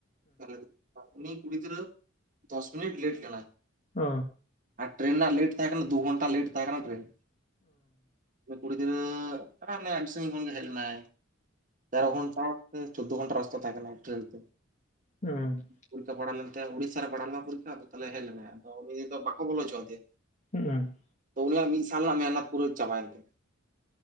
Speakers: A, on the right; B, on the left.
A: <inaudible> ᱩᱱᱤ ᱠᱩᱲᱤ ᱜᱤᱫᱽᱨᱟᱹ ᱫᱚᱥ ᱢᱤᱱᱤᱴ ᱞᱮᱴ ᱞᱮᱱᱟᱭ᱾
B: ᱚᱻ᱾
A: ᱟᱨ ᱴᱮᱨᱮᱱ ᱨᱮᱱᱟᱜ ᱞᱮᱴ ᱛᱟᱦᱮᱸ ᱠᱟᱱᱟ ᱫᱩ ᱜᱷᱚᱱᱴᱟ ᱞᱮᱴ ᱛᱟᱦᱮᱸ ᱠᱟᱱᱟ ᱴᱮᱨᱮᱱ᱾ ᱠᱩᱲᱤ ᱜᱤᱫᱽᱟᱹ ᱟᱹᱰᱤ ᱥᱟᱜᱤᱧ ᱠᱷᱚᱱ ᱜᱮ ᱦᱮᱡ ᱞᱮᱱᱟᱭ <unintelligible> ᱪᱳᱫᱫᱳ ᱜᱷᱚᱱᱴᱟ ᱨᱟᱥᱛᱟ ᱛᱟᱦᱮᱸ ᱠᱟᱱᱟ ᱴᱮᱨᱮᱱ ᱛᱮ᱾
B: ᱦᱩᱸ᱾
A: ᱯᱚᱨᱤᱠᱷᱟ ᱯᱟᱲᱟᱣ ᱞᱮᱱ ᱛᱟᱭᱟ ᱩᱲᱤᱥᱥᱟ ᱨᱮ ᱯᱟᱲᱟᱣ ᱞᱮᱱᱟ ᱯᱚᱨᱤᱠᱷ ᱟᱫᱚ ᱛᱟᱦᱚᱞᱮ ᱦᱮᱡ ᱞᱮᱱᱟᱭ ᱟᱫᱚ ᱩᱱᱤ ᱫᱚ ᱵᱟᱠᱚ ᱵᱚᱞᱪᱚ ᱟᱫᱮᱭᱟ᱾
B: ᱦᱩᱸ᱾
A: ᱩᱱᱤᱭᱟᱜ ᱢᱤᱫ ᱥᱟᱞ ᱨᱮᱱᱟᱜ ᱢᱮᱦᱚᱱᱟᱛ ᱯᱩᱨᱟᱹ ᱪᱟᱵᱟᱭᱮᱱ ᱛᱟᱭᱟ